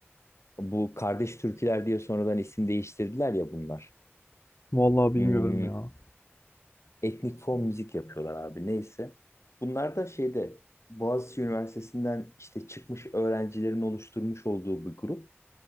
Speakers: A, on the left; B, on the left.
A: Bu Kardeş Türküler diye sonradan isim değiştirdiler ya bunlar.
B: Vallahi
A: Hmm,
B: bilmiyorum ya.
A: etnik fon müzik yapıyorlar abi neyse. Bunlar da şeyde Boğaziçi Üniversitesi'nden işte çıkmış öğrencilerin oluşturmuş olduğu bir grup.